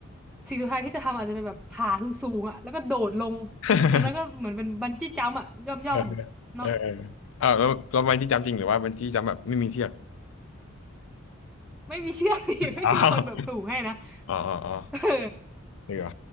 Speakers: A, in the centre; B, on the left (about 65°).
A: สิ่งสุดท้ายที่จะทำอาจจะไปแบบผาสูงสูงอ่ะแล้วก็โดดลง
B: <laughs>
A: อย่างนั้นก็เหมือนเป็นบันจี้จัมพ์อ่ะย่อมย่อมเนาะ
B: เออเอออ้าวแล้วเราบันจี้จัมป์จริงหรือว่าบันจี้จัมป์แบบไม่มีเทียบ
A: ไม่มีเชือก <laughs> อีกไม่มีคนแบบผูกให้นะ
B: อ๋ออ๋ออ๋อ
A: <laughs> เออ
B: เดี๋ยว